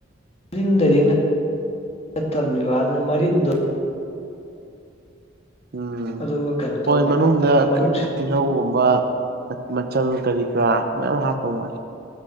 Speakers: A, on the left (about 35°); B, on the right (about 55°).
A: ꯔꯤꯟ ꯗꯥꯏꯔꯦꯛ ꯅꯠ ꯅꯠꯇꯅꯦꯕ ꯑꯗꯨ ꯃꯔꯤꯟ
B: ꯎꯝ
A: ꯑꯗꯨꯒ ꯀꯩꯅꯣ ꯇꯧꯕ
B: ꯍꯣꯏ ꯃꯅꯨꯡꯗ
A: ꯃꯅꯨꯡ
B: ꯀꯩꯀ ꯇꯤꯜꯂꯧꯒꯨꯝꯕ ꯃ ꯃꯆꯜ ꯀꯔꯤ ꯀꯔꯥ ꯃꯌꯥꯝ ꯍꯥꯞꯄ ꯃꯥꯜꯂꯦ꯫